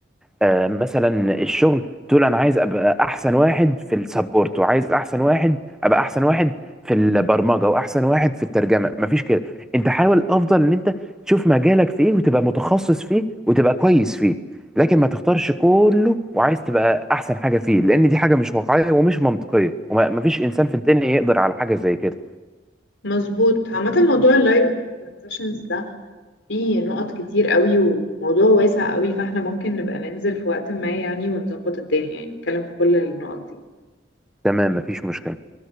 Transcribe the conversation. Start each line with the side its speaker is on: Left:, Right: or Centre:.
Centre: آه، مثلا الشغل تقول انا عايز ابقى احسن واحد في السبورت وعايز احسن واحد ابقى احسن واحد في البرمجه واحسن واحد في الترجمه مفيش كده انت حاول افضل ان انت تشوف مجالك في ايه وتبقى متخصص فيه وتبقى كويس فيه لكن ما تختارش كله وعايز تبقى احسن حاجه فيه لان دي حاجه مش واقعيه ومش منطقيه ومفيش انسان في الدنيا يقدر على حاجه زي كده
Left: مظبوط عامة موضوع اللايف سيشنز ده في نقط كتير قوي وموضوع واسع قوي فاحنا ممكن نبقى ننزل في وقت ما يعني ونظبط الدنيا يعني نتكلم في كل النقط دي
Centre: تمام مفيش مشكله